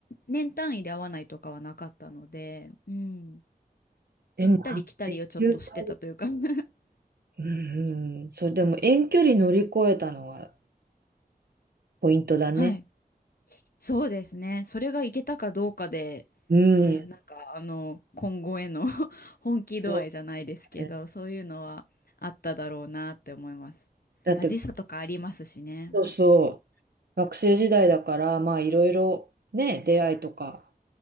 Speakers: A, on the left; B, on the right.
A: 年単位で会わないとかはなかったので、うん、
B: でも、
A: 行ったり来たりをちょっとしてたというか
B: あ、8、9ヶ月。
A: <laughs>
B: うん、うん、そう、でも遠距離乗り越えたのがポイントだね。
A: はい、そうですね。それが行けたかどうかで、
B: うん、
A: ね、なんかあの今後への <laughs> 本気度合いじゃないですけど、
B: そうね。
A: そういうのはあっただろうなって思います。
B: だって、
A: まあ、時差とかありますしね。
B: そうそう。学生時代だからまあいろいろね出会いとか